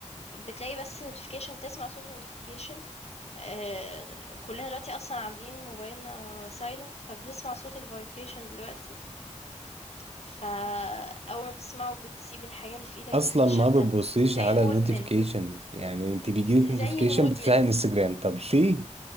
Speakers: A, on the left; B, on the right.
A: بتلاقي بس notification تسمع صوت notification آه كلنا دلوقتي أصلا عاملين موبايلنا silent فبنسمع صوت الفايبريشن دلوقتي فأول ما بتسمعه بتسيب الحاجة اللي في إيدك
B: أصلا
A: بتتشتت
B: ما بتبصيش
A: زي
B: على
A: المدمن
B: النوتيفيكيشن يعني أنت بيجيلك
A: زي
B: نوتيفيكيشن
A: المدمن
B: بتفتحي انستجرام طب ليه؟